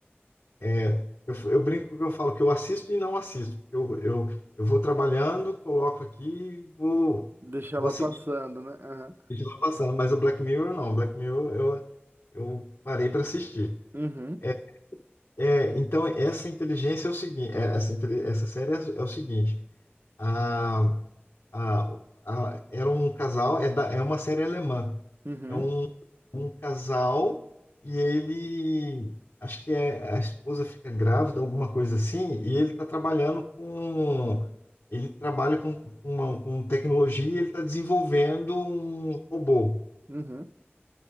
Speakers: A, on the left; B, on the right.
A: É, eu, eu brinco que eu falo que eu assisto e não assisto. Eu, eu, eu vou trabalhando, coloco aqui e vou,
B: Deixa
A: vou
B: ela
A: seguir,
B: passando, né? Aham,
A: deixa lá passando. Mas o Black Mirror não. Black Mirror eu, eu parei para assistir.
B: uhum,
A: É, é, então, essa inteligência é o seguinte: é, essa, inte essa série é, é o seguinte: a, a, a- era um casal, é, da, é uma série alemã.
B: uhum,
A: é um um casal e ele, acho que é, a esposa fica grávida, alguma coisa assim, e ele está trabalhando com, ele trabalha com, uma, com tecnologia, e ele está desenvolvendo um robô.
B: uhum,